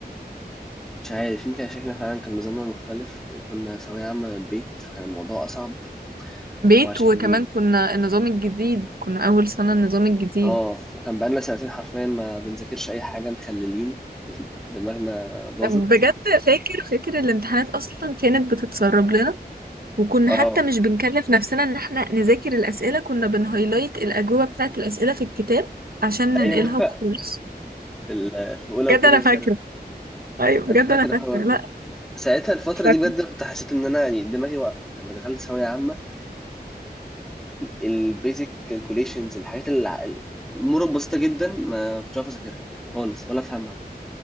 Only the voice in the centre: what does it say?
مش عارف يمكن عشان احنا فعلا كان نظامنا مختلف وكنا ثانوية عامة من البيت فكان الموضوع أصعب
وعشان
اه وكان بقالنا سنتين حرفيا ما بنذاكرش اي حاجه مخللين <laughs> دماغنا باظت
اه
ايوه <laughs>
في ال- في اولى
وثانيه
ثانوي
انا فاكر
الحوار
ده
ساعتها الفتره
دي بجد أنا كنت حسيت ان انا يعني دماغي وقفت لما دخلت ثانويه عامه البيزك كالكوليشنز الحاجات اللي امور بسيطه جدا ما كنتش عارف اذاكرها خالص ولا افهمها